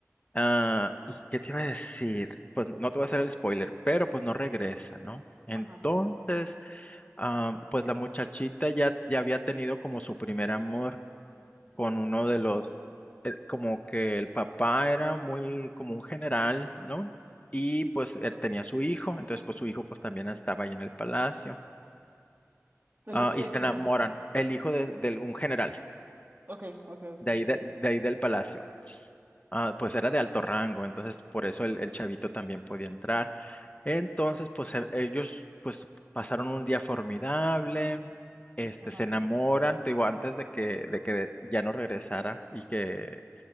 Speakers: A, on the left; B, on the right.
A: Ah, ¿y qué te iba a decir? Pues no no te voy a hacer el spoiler, pero pues no regresa, ¿no? Entonces,
B: Ajá,
A: ah, pues la muchachita ya, ya había tenido como su primer amor con
B: ok.
A: uno de los, eh, como que el papá era muy como un general, ¿no? Y pues él tenía su hijo, entonces pues su hijo pues también estaba ahí en el palacio.
B: ¿El
A: Ah,
B: hijo de
A: y se
B: sí, quién?
A: enamoran. El hijo de, de un general,
B: Ok, ok, ok.
A: de ahí, del- de, ahí del palacio, ah, pues era de alto rango, entonces por eso el, el chavito también podía entrar. Entonces, pues e- ellos pues pasaron un día formidable, este,
B: Ajá.
A: se enamoran, te digo, antes de que, de que ya no regresara y que,